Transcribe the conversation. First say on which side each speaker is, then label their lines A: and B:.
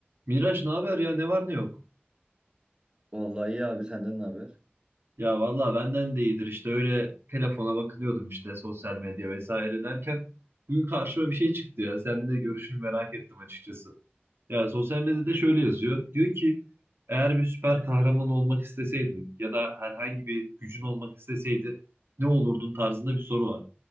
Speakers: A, on the right; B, on the right.
A: Miraç ne haber ya ne var ne yok?
B: Vallahi iyi abi senden ne haber?
A: Ya vallahi benden de iyidir işte öyle telefona bakınıyordum işte sosyal medya vesaire derken bugün karşıma bir şey çıktı ya seninle görüşünü merak ettim açıkçası. Ya sosyal medyada şöyle yazıyor diyor ki eğer bir süper kahraman olmak isteseydin ya da herhangi bir gücün olmak isteseydi ne olurdun tarzında bir soru var.